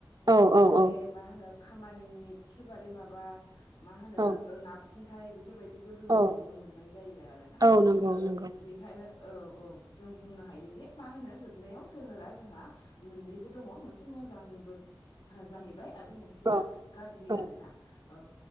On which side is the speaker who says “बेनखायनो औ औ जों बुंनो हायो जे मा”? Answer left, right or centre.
Left